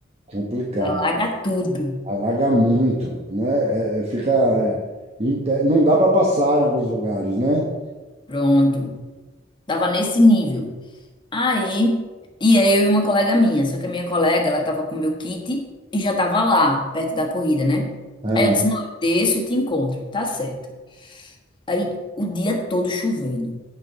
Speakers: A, on the right; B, on the left.
A: complicado.
B: Alaga tudo.
A: Alaga muito, né? É, é, fica é, em pé. Não dá para passar em alguns lugares, né?
B: Pronto. Tava nesse nível. Aí, e aí eu e uma colega minha. Só que a minha colega, ela tava com o meu kit e já tava lá, perto da corrida, né?
A: Ah.
B: Aí eu disse, não, eu desço e te encontro. Tá certo. Aí, o dia todo chovendo.